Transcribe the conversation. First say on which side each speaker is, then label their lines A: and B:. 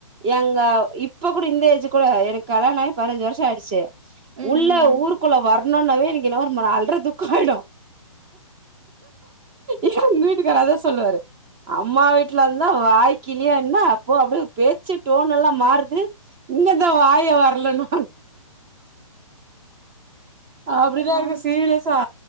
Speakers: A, on the right (about 20°); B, on the right (about 65°).
A: எங்க இப் இப்ப கூட இந்த ஏஜ் கூட எனக் கல்லாணம் ஆயி பதினஞ்சு வருஷம் ஆயிடுச்சு
B: ம்
A: உள்ள
B: ம்
A: ஊருக்குள்ள வர னுன்னாவே எனக்கு ஏதோ ஒரு அள்ற துக்காயிடும் எங்க வீட்டுக்காரு அதான் சொல்லுவாரு அம்மா வீட்லருந்தா வாய்க்கிலிய என்ன பா அப்டியே ஒரு பேச்சுக் டோன் எல்லாம் மாறுது இங்கதான் வாய வரலனும் அப்டிதான்
B: ம்
A: இருக்கு சீரியஸா